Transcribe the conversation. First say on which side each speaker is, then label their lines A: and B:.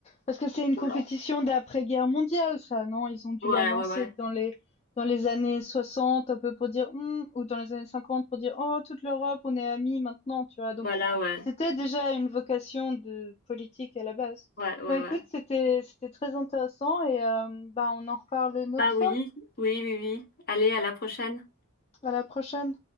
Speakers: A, on the left; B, on the left.
A: Parce que c'est une
B: voilà.
A: compétition d'après-guerre mondiale, ça, non? Ils ont dû
B: Ouais,
A: la lancer
B: ouais, ouais.
A: dans les, dans les années 60, un peu pour dire, Hum ou dans les années 50 pour dire, oh, toute l'Europe, on est amis maintenant, tu vois. Donc,
B: Voilà, ouais.
A: c'était déjà une vocation de politique à la base.
B: Ouais, ouais,
A: Bon, écoute,
B: ouais.
A: c'était, c'était très intéressant et, euh, bah, on en reparle une autre
B: Bah oui,
A: fois.
B: oui, oui, oui. Allez, à la prochaine.
A: À la prochaine.